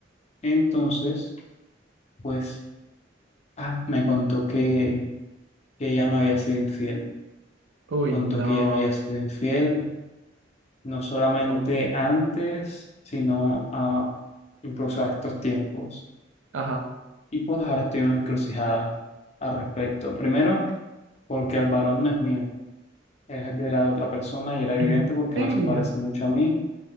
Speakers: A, on the left; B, on the right.
A: Entonces, pues, ah, me contó que, que ella me había sido infiel.
B: Uy,
A: contó
B: no,
A: que ella me había sido infiel, no solamente
B: pero,
A: antes, sino a- incluso a estos tiempos.
B: ajá.
A: Y pues ahora estoy en una encrucijada al respecto. Primero, porque el varón no es mío, es de la otra persona y era evidente
B: ¿En
A: porque
B: serio?
A: no se parece mucho a mí.